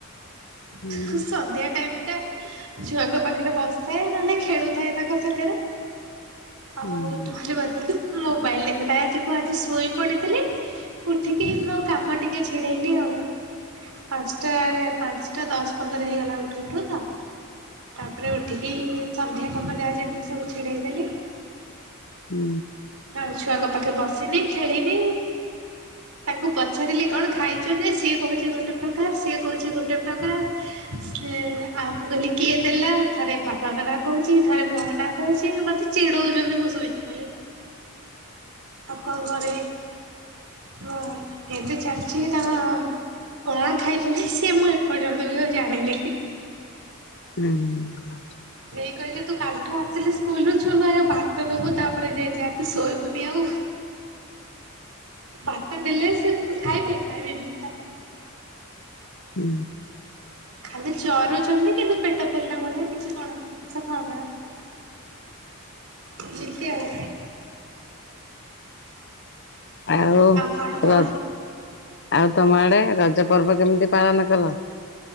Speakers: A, on the left (about 50°); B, on the right (about 80°).
A: ହୁଁ
B: ସନ୍ଧ୍ୟା ଟାଇମ ଟା ଛୁଆଙ୍କ ପାଖରେ ବସିଥାଏ ନହେଲେ ଖେଳୁଥାଏ ତାଙ୍କ ସାଙ୍ଗରେ। ହଉ
A: ହୁଁ।
B: ତାହେଲେ ବସିକି ମୋବାଇଲ ଦେଖୁଥାଏ। ଠୁ ଆଜି ଶୋଇ ପଡିଥିଲି ଉଠିକି ମୋ କାମ ଟିକେ ଛିଡେଇଲି ଆଉ। ଆଶ୍ ପାଞ୍ଚଟା ପାଞ୍ଚଟା ଦଶ ପନ୍ଦର ହେଇଗଲା ଉଠୁ ଉଠୁ ତ ତାପରେ ଉଠିକି ସନ୍ଧ୍ୟା କାମ ଯାହା ଯେମିତି ସବୁ ଛିଡେଇ ଦେଲି
A: ହୁଁ।
B: ଆଉ ଛୁଆଙ୍କ ପାଖେ ବସିନି ଖେଳିନି ତାଙ୍କୁ ପଚାରିଲି କଣ ଖାଇଛ ଯେ ସିଏ କହୁଛି ଗୋଟେ ପ୍ର କାର ସିଏ କହୁଛି ଗୋଟେ ପ୍ରକାର। ସେ ଆ ମୁ କହିଲି କିଏ ଦେଲା ଥରେ ବାବାଙ୍କ ନାଁ କହୁଛି ଥରେ ମୋ ନା କହୁଛି ମତେ ଚିଡଉଛନ୍ତି ମୁଁ ଶୋଇଛି ବୋଲି। ଆଉ କଣ ଘରେ ହଁ ହେମିତି ଚାଲିଛି ତାଙ୍କ କଣ ଖାଇଛନ୍ତି ସେ ମୁଁ ଏପର୍ଯ୍ୟନ୍ତ ବି ଆଉ ଜାଣିନି।
A: ହୁଁ।
B: ଦେଇ କହିଲେ ତୁ କାଲିଠୁ ଆସିଲେ ସ୍କୁଲରୁୁ ଛୁଆଙ୍କୁ ଆଗେ ଭାତ ଦବୁ। ତାପରେ ଯାଇ ଯାହା ତୁ ଶୋଇବୁନି ଆଉ। ଭାତ ଦେଲେ ସେ କଣ ଖାଇବେ ଖାଇବେନି ବି ତା
A: ହୁଁ।
B: ଖାଲି ଚରୁଛନ୍ତି କିନ୍ତୁ ପେଟ ପୁରିଲା ଭଳିଆ କିଛି କୌଣସି ଜିନିଷ ଖାଉନାହାନ୍ତି। ନିିତି ଆଉ।
A: ଆଉ
B: କଣ କୁହ?
A: ର ଆଉ ତମ ଆଡେ ରଜ ରଜ ପର୍ବ କେମିତି ପାଳନ କଲ?